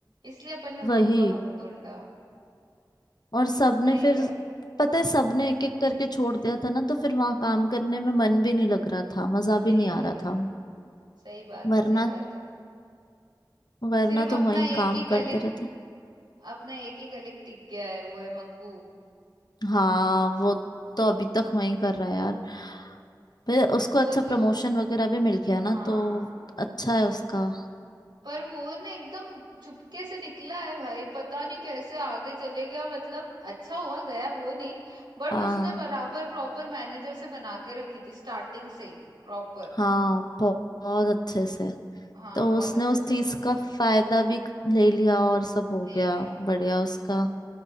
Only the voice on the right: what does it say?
इसलिए अपन ने
वर्क फ्रॉम होम ढूंढा
वही
यार
नहीं
लग
रहा
सही बात
है सही बात है
सिर्फ
अपना
एक
ही कलिक
अपना एक ही कलिक टिक गया है वो है मंकू
वो तो
हाँ
पर वो ना एकदम चुपके से निकला है भाई पता नहीं कैसे आगे चले गया मतलब अच्छा हुआ गया वो नहीं बट
उसने बराबर प्रॉपर मैनेजर से बना के रखी थी स्टार्टिंग से ही प्रॉपर
हाँ
बहुत
अच्छे
से
बना के
रखे
ले
लिया